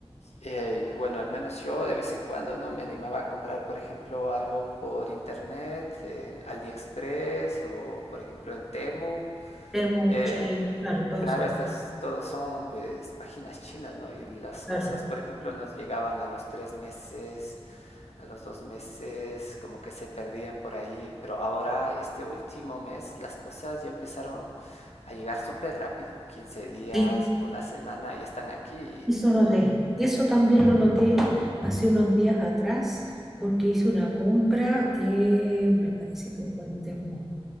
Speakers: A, on the left; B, in the centre.
A: eh, bueno, al menos yo de vez en cuando, ¿no? Me animaba a comprar, por ejemplo, algo por internet, en AliExpress o, por ejemplo, en Temu.
B: Temu,
A: Eh,
B: Chain, claro, todo
A: Claro,
B: eso.
A: estas todos son pues páginas chinas, ¿no? Y las
B: Claro.
A: cosas, por ejemplo, nos llegaban a los tres meses, a los dos meses, como que se perdían por ahí, pero ahora este último mes las cosas ya empezaron a llegar súper rápido, 15 días,
B: Sí,
A: una semana, y están aquí y
B: Eso
A: por ej-
B: noté, eso también lo noté hace unos días atrás, porque hice una compra, eh, me parece que fue en Temu,